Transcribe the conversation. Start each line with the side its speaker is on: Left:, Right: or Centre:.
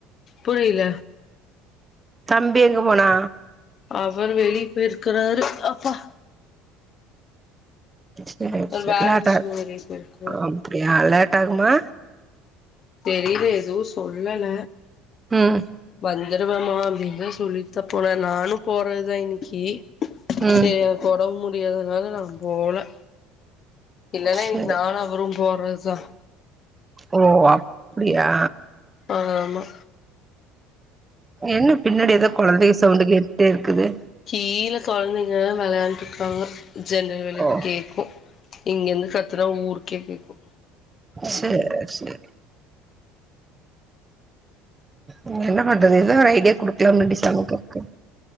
Left: புரியல
Right: தம்பி எங்க போனா
Left: அவர் வெளிய போயிருக்கறாரு அப்பா
Right: சேரி
Left: அவர்
Right: சேரி
Left: வேல
Right: லேட்டா
Left: விஷயமா வெளிய போயிருக்கிறாரு
Right: அப்டியா லேட்டாகுமா
Left: சேரி இரு எதுவு சொல்லல
Right: ம்
Left: வந்துருவேமா அப்டின்னுதா சொல்லி தா போன நானு போறதுதா இன்னைக்கி
Right: ம்
Left: சேரி அவருக்கு ஒடம்பு முடியதுனால நா போல இல்லனா
Right: சேரி
Left: இன்னைக்கு நானு அவரு போறதுதா
Right: ஓ அப்டியா
Left: ஆமா
Right: என்ன பின்னாடி ஏதோ கொழந்தைகள் சவுண்டு கேட்டுட்டே இருக்குது
Left: கீழ கொழந்தைங்க தா வெளையாடிட்டு இருக்காங்க ஜென்னல் வழியா
Right: ஓ
Left: கேக்கும் இங்க இருந்து கத்துனா ஊருக்கே கேக்கு
Right: செரி செரி உ என்ன பண்றது ஏதா ஒரு ஐடியா குடுக்கலாம்னு நனைச்சிட்டாங்க <unintelligible>